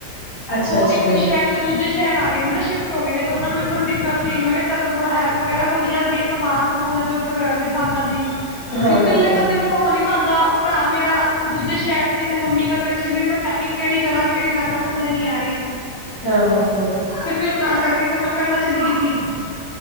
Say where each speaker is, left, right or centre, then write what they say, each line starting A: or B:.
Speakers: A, on the left; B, on the left.
A: ਅੱਛਾ
B: ਉਹ
A: ਅੱਛਾ
B: ਇੱਕ ਸ਼ਹਿਰ'ਚੋ ਦੂਜੇ ਸ਼ਹਿਰ ਆ ਗਏ ਨੇ ਨਾ ਸ਼ਿਫਟ ਹੋ ਗਏ ਨੇ, ਤੇ ਉਹਨਾ ਨੂੰ ਵੀ ਥੋੜੀ ਦਿੱਕਤ ਮੈਂ ਕਿਹਾ ਚੱਲ, ਮੈੈਂ ਥੋੜਾ ਹੈਲਪ ਵਗੈਰਾ ਹੋ ਜਾਂਦੀ ਏ, ਸਮਾਨ-ਸਮੂਨ ਇਧੱਰ-ਉੱਧਰ ਕਰਨ ਦੀ ਸਾਂਭਣ ਦੀ,
A: ਹਾਂ
B: ਇਕੱਲੇ
A: ਹਾਂ ਹਾਂ
B: ਬੰਦੇ ਕੋਲ ਹੋ ਨਹੀਂ ਪਾਂਦਾ। ਭਰਾ ਮੇਰਾ ਦੂਜੇ ਸ਼ਹਿਰ'ਚ ਸੀ, ਤੇ ਮੰਮੀ ਇਕੱਲੇ ਇੱਥੇ ਰਹਿੰਦੇ, ਮੈਂ ਪੈਕਿੰਗ ਕਿਹੜੀ ਕਰਾਂ, ਕਿਹੜੀ ਨਾ ਕਰਾਂ ਸਮਝ ਨੀ ਆ ਰਹੀ।
A: ਹਾਂਹਾਂਹਾਂ।
B: ਤੇ ਫਿਰ ਤਾਂ ਕਰਕੇ ਫਿਰ ਮੈਂ ਪਹਿਲਾਂ ਚਲੀ ਗਈ ਸੀ,